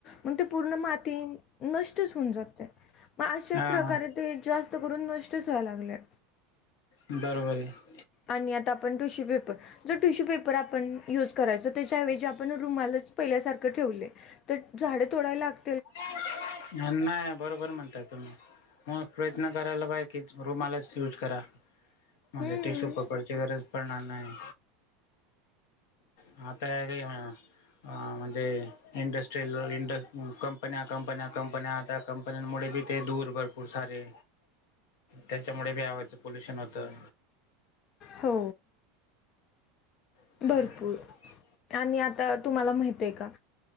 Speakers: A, on the left; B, on the left.
A: मग ते पूर्ण माती नष्टच होऊन जातय, मग अशे
B: हा
A: प्रकार ते जास्त करून नष्टच व्हायला लागले.
B: बरोबर आहे.
A: आणि आता आपण टिश्यू पेपर, जर टिश्यू पेपर आपण युज करायच त्याच्या एवेजी आपण रुमालाच पहिल्यासारखं ठेवले, तर झाड तोडायला लाग
B: <unintelligible> बरोबर म्हणता तुम्ही मग प्रयत्न करायला पाय की रुमालाच यूज करा. माग
A: हम्म
B: टीशू पकडची गरज पडणार नाही. हा तयारी हे ना, म्हणजे इंडस्ट्रियल इंडं कंप कंपन्या, कंपन्या, कंपन्या आता कंपन्यांमुळे बी ते दूर भरपूर सारे त्याच्यामुळे बी आवाचं पोल्युशन होतं.
A: हो.
B: <inaudible>
A: भरपूर आणि आता तुम्हाला माहित आहे का?